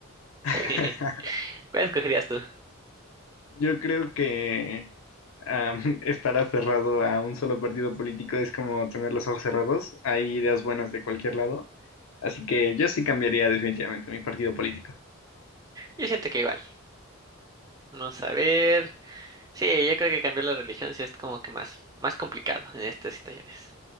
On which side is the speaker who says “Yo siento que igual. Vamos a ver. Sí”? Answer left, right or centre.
Right